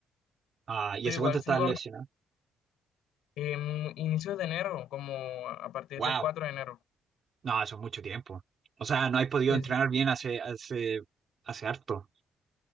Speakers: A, on the right; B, on the left.
A: Ah, ¿y
B: pero
A: hace
B: igual
A: cuánto estás
B: sigo
A: lesionado?
B: Em, inicios de enero, como a a partir
A: Wow.
B: del 4 de enero.
A: No, eso es mucho tiempo. O sea, no has podido
B: Sí,
A: entrenar
B: sí.
A: bien hace, hace, hace harto.